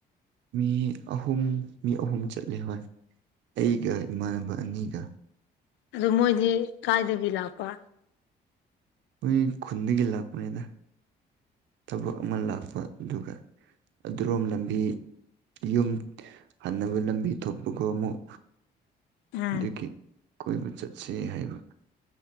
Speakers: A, on the right; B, on the left.
A: ꯃꯤ ꯑꯍꯨꯝ ꯃꯤ ꯑꯍꯨꯝ ꯆꯠꯂꯦ ꯍꯣꯏ ꯑꯩꯒ ꯏꯃꯥꯟꯅꯕ ꯑꯅꯤꯒ
B: ꯑꯗꯨ ꯃꯣꯏꯗꯤ ꯀꯥꯏꯗꯒꯤ ꯂꯥꯛꯄ
A: ꯑꯩꯈꯣꯏ ꯈꯨꯟꯗꯒꯤ ꯂꯥꯛꯄꯅꯦꯗ ꯊꯕꯛ ꯑꯃ ꯂꯥꯛꯄ ꯑꯗꯨꯒ ꯑꯗꯨꯔꯣꯝ ꯂꯝꯕꯤ ꯌꯨꯝ ꯍꯟꯅꯕ ꯂꯝꯕꯤ ꯊꯣꯛꯄꯒ ꯑꯃꯨꯛ
B: ꯎꯝ
A: ꯑꯗꯨꯒꯤ ꯀꯣꯏꯕ ꯆꯠꯁꯦ ꯍꯥꯏꯕ